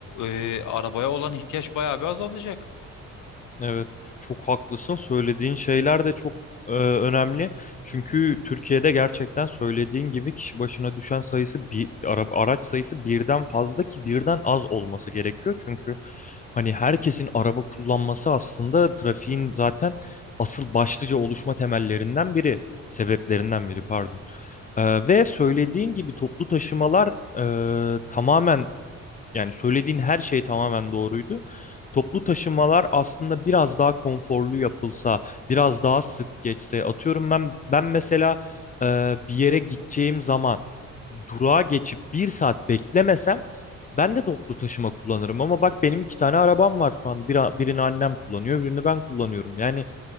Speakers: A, on the left; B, on the left.
A: e, arabaya olan ihtiyaç bayağı bir azalacak.
B: Evet, çok haklısın. Söylediğin şeyler de çok e, önemli. Çünkü Türkiye'de gerçekten söylediğin gibi kişi başına düşen sayısı bir ara- araç sayısı birden fazla ki birden az olması gerekiyor. Çünkü hani herkesin araba kullanması aslında trafiğin zaten asıl başlıca oluşma temellerinden biri, sebeplerinden biri pardon. E, ve söylediğin gibi toplu taşımalar e, tamamen yani söylediğin her şey tamamen doğruydu. Toplu taşımalar aslında biraz daha konforlu yapılsa, biraz daha sık geçse. Atıyorum ben ben mesela e, bir yere gideceğim zaman durağa geçip bir saat beklemesem ben de toplu taşıma kullanırım. Ama bak benim iki tane arabam var şu an. Bir, birini annem kullanıyor, birini ben kullanıyorum. Yani